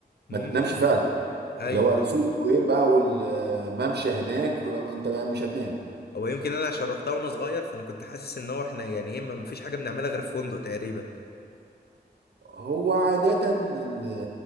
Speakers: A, on the left (about 65°); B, on the right (about 75°).
A: امم
B: ما تنامش فعلا اللي
A: ايوه
B: هو
A: ايوه
B: سو سكوير بقى والممشى هناك انت مش هتنام
A: هو يمكن انا عشان روحتها وانا صغير فانا كنت حاسس ان هو احنا يعني ايه ما فيش حاجه بنعملها غير في فندق تقريبا
B: هو عادة ال-